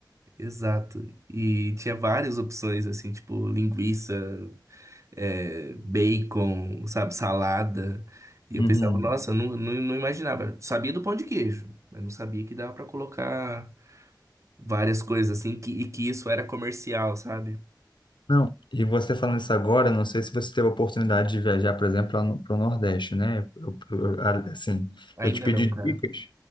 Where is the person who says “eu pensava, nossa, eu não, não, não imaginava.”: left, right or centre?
Right